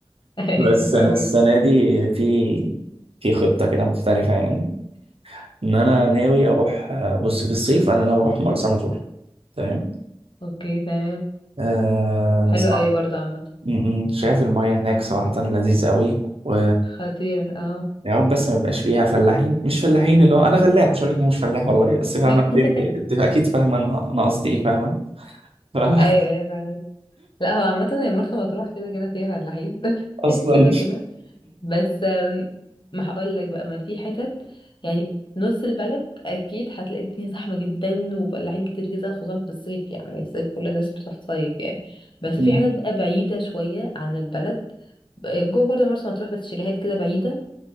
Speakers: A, on the left; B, on the right.
A: ايوه
B: بس
A: فاهمك
B: انا السنه دي في في خطه كده مختلفه يعني ان انا ناوي اروح بص في الصيف انا ناوي اروح مرسى مطروح تمام
A: اوكي تمام
B: آه
A: حلو
B: صح
A: قوي برضه عامه
B: م- م. شايف المياه هناك صراحه لذيذ قوي و
A: خطيره اه
B: يا رب بس ما يبقاش فيها فلاحين مش فلاحين اللي هو انا فلاح مش هقول لك انا مش فلاح والله بس فاهمه
A: <laughs>
B: انت انت انت اكيد فاهمه انا انا قصدي ايه فاهمه ف-
A: ايوه
B: <laughs>
A: ايوه فاهمك لا هو عامه هي مرسى مطروح كده كده فيها فلاحين <laughs>
B: اصلا
A: كده كده بس آم، ما هقول لك بقى ما في حتت يعني نص البلد اكيد هتلاقي الدنيا زحمه جدا وفلاحين كتير جدا خصوصا في الصيف يعني الصيف كل الناس بتروح تصيف يعني بس
B: <laughs>
A: في حتت بقى بعيده شويه عن البلد آه، جوه برضه مرسى مطروح بس شاليهات كده بعيده